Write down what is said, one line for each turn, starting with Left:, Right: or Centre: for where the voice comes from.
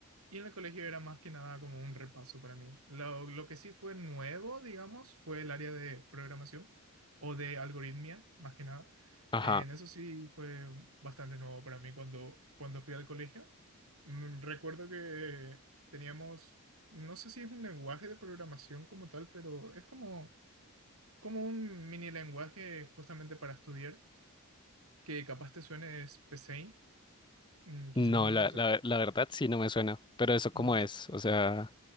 Right: Y en el colegio era más que nada como un repaso para mí. Lo, lo que sí fue nuevo, digamos, fue el área de programación o de algoritmia, más que nada.
Left: Ajá.
Right: Eh, en eso sí fue bastante nuevo para mí cuando, cuando fui al colegio. Mm, Recuerdo que teníamos, no sé si es un lenguaje de programación como tal, pero es como, como un mini lenguaje justamente para estudiar, que capaz te suene es Paint, mm, quizás
Left: No,
Right: no,
Left: la,
Right: no sé.
Left: la, la verdad sí no me suena, pero eso
Right: No,
Left: cómo es, o sea,